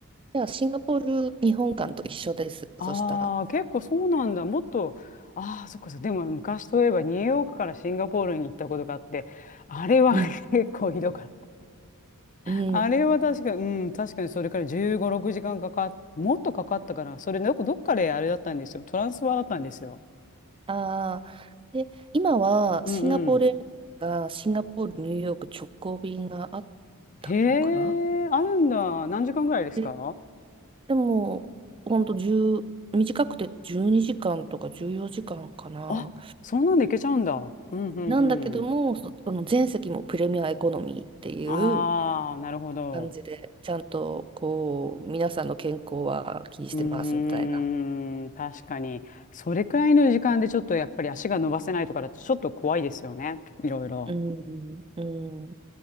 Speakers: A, on the right; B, on the left.
A: じゃあ、シンガポール日本館と一緒です。
B: ああ、
A: そしたら。
B: 結構そうなんだ。もっと、ああ、そっかそっか。でも、昔といえば、ニューヨークからシンガポールに行ったことがあって、あれは
A: うん。
B: <laughs> 結構ひどかっ
A: うん。
B: あれは確かに、うん、確かにそれから15、6時間かんかかっ、もっとかかったから、それどこ、なんかどっかであれだったんですよ。トランスファーだったんですよ。
A: ああ。で、今はシンガポールエアがシンガポール、
B: うんうん。
A: ニューヨーク直行便があっ
B: へえ、
A: たのかな
B: あるんだ。何時間ぐらいですか
A: で、でも、ほんと1短くて12時間とか14時間かんかな。
B: あ、そんなんでいけちゃうんだ。うんうん
A: なんだけども、
B: うん。
A: そ、その全席もプレミアエコノミーっていう
B: ああ、なるほど。
A: 感じで、ちゃんとこう、皆さんの健康は気にしてますみたいな。
B: うーん、確かに。それくらいの時間でちょっとやっぱり足が伸ばせないとかだとちょっと怖いですよね。いろいろ。
A: うん。うん。